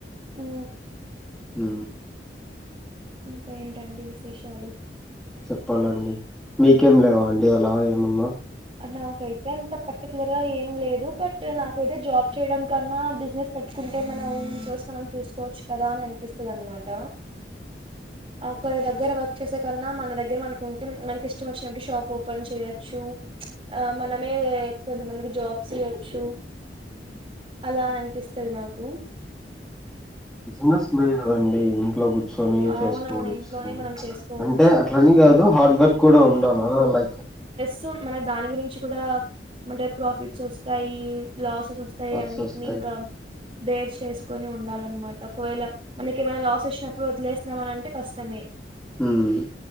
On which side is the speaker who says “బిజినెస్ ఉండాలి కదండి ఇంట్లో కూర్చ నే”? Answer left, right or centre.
Centre